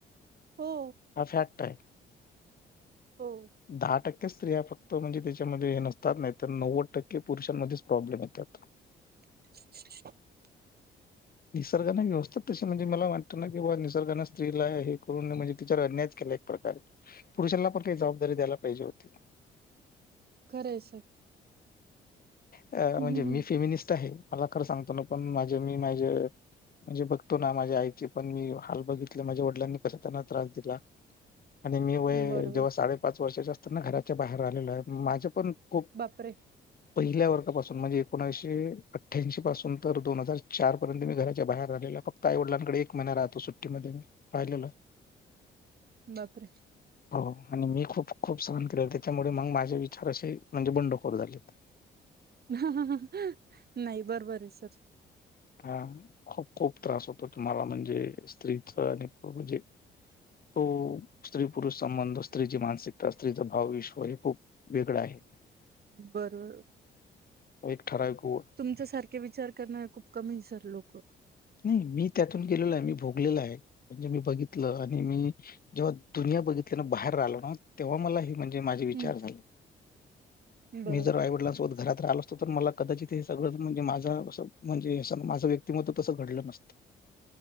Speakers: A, on the right (about 50°); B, on the left (about 50°).
A: हो.
B: हा फॅक्ट आहे.
A: हो.
B: दहा टक्के स्त्रिया फक्त म्हणजे त्याच्यामध्ये हे नसतात नाही तर नव्वद टक्के पुरुषांमध्येच प्रॉब्लेम येतात. <inaudible>
A: <inaudible>
B: निसर्गाने व्यवस्था तशी म्हणजे मला वाटत ना की बा निसर्गा स्त्रीला हे करून म्हणजे तिच्यावर अन्यायच केलाय एक प्रकारे. पुरुषांना पण काही जबाबदारी द्यायला पाहिजे होती.
A: खरय सर.
B: अ म्हणजे
A: हं,
B: मी फेमिनिस्ट आहे. मला खर सांगतो ना पण माझे मी माझे म्हणजे बघतो ना माझ्या आईचे पण मी हाल बघित माझ्या वडिलांनी पण कसा त्यांना त्रास दिला आणि मी व
A: हं. बरोबर.
B: जेव्हा साडे पाच वर्षाच्या अस घराच्या बाहेर आलेल्या माझ्या पण खूप
A: बापरे!
B: पहिल्या वर्गापासून म्हणजे एकोणीसशे अठ्ठ्याऐंशी पासून तर दोन हजार चार पर्यंत मी घराच्या बाहेर राहिलेलो. फक्त आई वडिलांकडे एक महिना राहतो सुट्टी मध्ये मी राहिलेलो.
A: बापरे.
B: हो आणि मी खूप खूप सहन केले त्याच्यामुळे मग माझे विचार असे म्हणजे बंडखोर झालेत.
A: नाही बरोबर आहे सर.
B: हा खूप खूप त्रास होतो तुम्हाला म्हणजे स्त्रीच आणि म्हणजे तो स्त्री पुरुष संबंध, स्त्रीची मानसिकता, स्त्रीचा भाव विश्व हे खूप वेगळं आहे.
A: बरोबर.
B: एक ठराव उग
A: तुमच्या सारखे विचार करणारे खूप कमी आहेत सर लोक.
B: नाही मी त्यातून गेलेलो आहे मी भोगलेल आहे. म्हणजे मी बघितल आणि मी जेव्हा दुनिया बघितली न बाहेर राहिलो ना तेव्हा मला हे म्हणजे माझे विचार
A: हं.
B: झाले,
A: बरोबर.
B: मी जर आईवडिलां सोबत घरात रालो त मला कदाचित हे सगळं म्हणजे माझ्या स म्हणजे माझं व्यक्तिमत्व तसं घडलं नसतं.